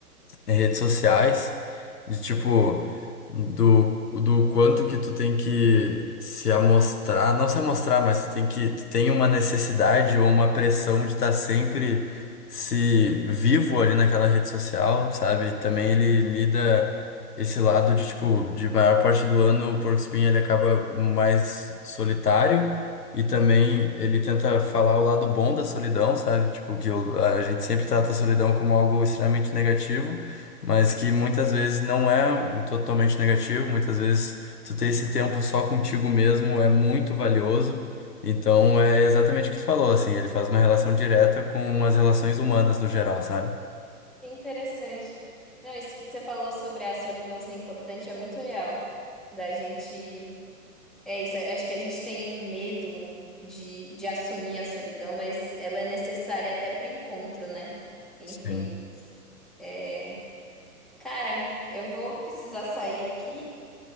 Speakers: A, on the left; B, in the centre.
A: em redes sociais, de tipo, do, do quanto que tu tem que se amostrar, não se amostrar, mas tu tem que, tu tem uma necessidade ou uma pressão de estar sempre se vivo ali naquela rede social, sabe? Também ele lida esse lado de, tipo, de maior parte do ano o Porco Espinho ele acaba mais solitário. E também ele tenta falar o lado bom da solidão, sabe? Tipo, que o- a gente sempre trata a solidão como algo extremamente negativo mas que muitas vezes não é o totalmente negativo, muitas vezes tu ter esse tempo só contigo mesmo é muito valioso. Então é exatamente o que tu falou, assim, ele faz uma relação direta com as relações humanas no geral, sabe?
B: Que interessante. Não, isso que você falou sobre a solidão ser importante é muito real. Da gente. É isso, acho que a gente tem um medo de, de assumir a solidão, mas ela é necessária até pro encontro, né? Enfim.
A: Sim.
B: é, Cara, eu vou precisar sair aqui,